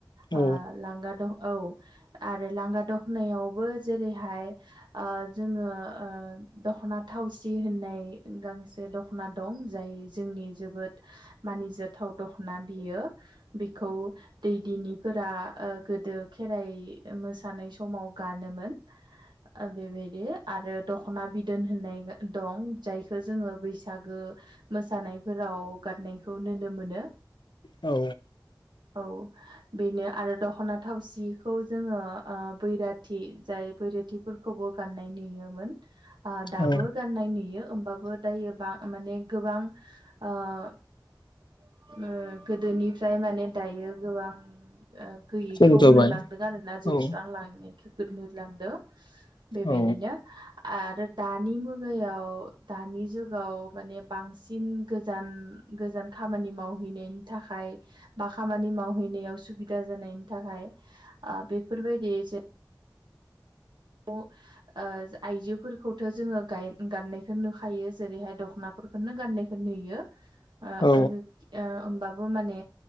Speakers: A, on the left; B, on the right.
A: औ
B: ओ लांगा द औ आरो लांगा दखनायावबो जेरैहाय ओ जोंङो ओ दखना थावसि होननाय गांसे दखना दं जाय जोंनि जोबोद मानि जाथाव दखना बियो बेखौ दैदिनिफोरा ओ गोदो खेराइ खेराइ मोसानाय समाव गानोमोन बेबायदि आरो दखना बि दोन होननाय दं जायखौ जोंङो बैसागो मोसानायफोराव गानायखौ नु नुनो मोनो
A: औ
B: औ बेनो आरो दखना थावसिखौ जोंङो ओ बैराथि जाय बैराथिफोरखौबो गाननाय नुयोमोन ओ दाबो
A: औ
B: गाननाय नुयो होमबाबो दायो बा माने गोबां ओ ओ गोदोनिफ्राय माने दायो गोबां गैयिखौ
A: सम जाबाय
B: नुलांदों आरो ना जोबस्रां
A: औ
B: लांनायखौ नु लांदों बेबायदिनो
A: औ
B: आरो दानि मुगायाव दानि जुगाव माने बांसिन गोजान गोजान खामानि मावहैनायनि थाखाय बा खामानि मावहैनायाव सुबिदा जानायनि थाखाय बेफोरबायदि जै ओ आइजोफोरखौथ जोंङो गाननायखौ नुखायो जेरैहाय दखनाफोरखौ गानाखौ नुयो ओ
A: औ
B: <inaudible> माने